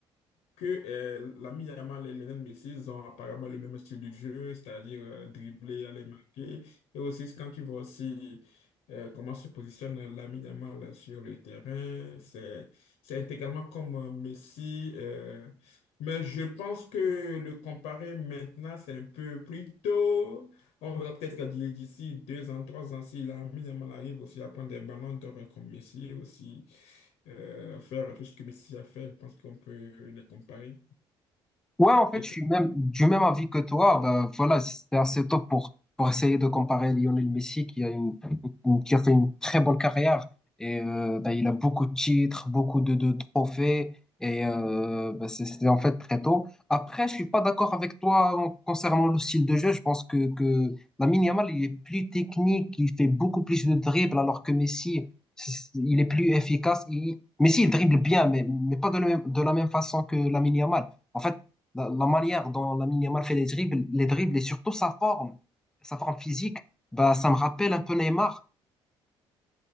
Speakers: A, on the left (about 85°); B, in the centre.
A: que euh, l'ami Yamal et Lionel Messi ils ont apparemment le même style de jeu, c'est-à-dire euh, dribbler, aller marquer. Et aussi, quand tu vois aussi euh, comment se positionne l'ami Yamal sur le terrain, c'est, c'est intégralement comme euh, Messi. euh, mais je pense que le comparer maintenant, c'est un peu plus tôt. On verra peut-être que d'ici deux ans, trois ans, si l'ami Yamal arrive aussi à prendre des ballons d'or comme Messi aussi euh, faire tout ce que Messi a fait, je pense qu'on peut les comparer.
B: Ouais, en
A: Et
B: fait, je
A: tu-
B: suis même du même avis que toi. Ben, voilà, c'était assez tôt pour, pour essayer de comparer Lionel Messi, qui a une, une- qui a fait une très bonne carrière. Et euh, ben, il a beaucoup de titres, beaucoup de, de trophées. Et euh, ben, c'est c'est en fait très tôt. Après, je suis pas d'accord avec toi en- concernant le style de jeu. Je pense que, que Lamine Yamal, il est plus technique, il fait beaucoup plus de dribbles, alors que Messi, c'est- il est plus efficace. Il- Messi, il dribble bien, mais, mais pas de la même, de la même façon que Lamine Yamal. En fait, la, la manière dont Lamine Yamal fait les dribbles, les dribbles et surtout sa forme, sa forme physique, bah, ça me rappelle un peu Neymar.